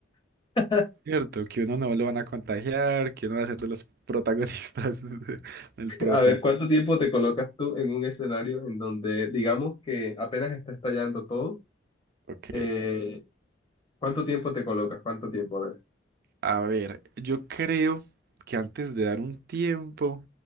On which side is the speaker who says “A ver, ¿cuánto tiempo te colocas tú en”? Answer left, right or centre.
Left